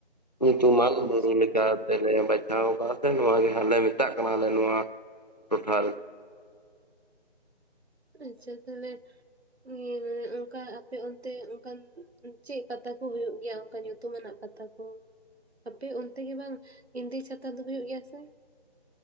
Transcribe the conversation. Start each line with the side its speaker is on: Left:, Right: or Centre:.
Left: ᱧᱩᱛᱩᱢ ᱢᱟᱹᱱ
Right: ᱟᱪᱪᱷᱟ
Left: ᱵᱩᱨᱩ ᱞᱮ ᱞᱮᱠᱟ
Right: ᱟᱪᱪᱷᱟ
Left: ᱛᱮ ᱞᱮ ᱵᱟᱪᱷᱟᱣ ᱟᱠᱟᱫᱟ ᱥᱮ ᱱᱚᱣᱟ ᱜᱮ ᱦᱟᱸ ᱞᱮ ᱢᱮᱛᱟᱜ ᱠᱟᱱᱟᱞᱮ ᱱᱚᱣᱟ ᱴᱚᱴᱷᱟ ᱨᱮ
Right: ᱟᱪᱪᱷᱟ ᱛᱟᱦᱚᱞᱮ ᱮ ᱚᱱᱠᱟ ᱟᱯᱮ ᱚᱱᱛᱮ ᱚᱱᱠᱟᱱ ᱪᱮᱫ ᱯᱟᱛᱟ ᱠᱚ ᱦᱩᱭᱩᱜ ᱜᱮᱭᱟ ᱚᱱᱠᱟ ᱧᱩᱛᱩᱢ ᱢᱟᱱᱟᱜ ᱯᱟᱛᱟ ᱠᱚ ᱚ ᱟᱯᱮ ᱚᱱᱛᱮ ᱜᱮ ᱵᱟᱝ ᱮᱱᱫᱮ ᱪᱷᱟᱛᱟ ᱫᱚ ᱦᱩᱭᱩᱜ ᱜᱮᱭᱟ ᱥᱮ